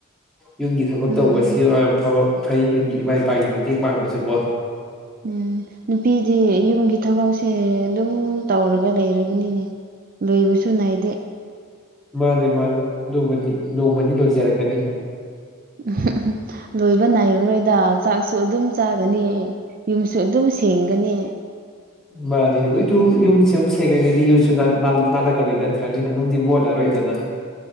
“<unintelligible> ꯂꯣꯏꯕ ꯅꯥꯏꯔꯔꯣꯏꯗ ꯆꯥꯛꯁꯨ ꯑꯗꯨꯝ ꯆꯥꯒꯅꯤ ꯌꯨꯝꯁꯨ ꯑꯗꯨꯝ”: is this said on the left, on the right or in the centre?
Right